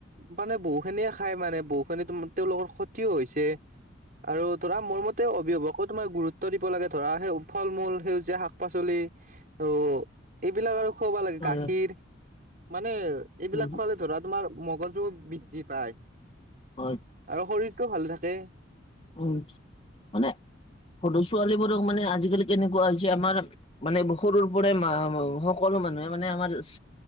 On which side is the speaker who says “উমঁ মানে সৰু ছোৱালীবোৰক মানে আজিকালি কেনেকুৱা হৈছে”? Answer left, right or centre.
Left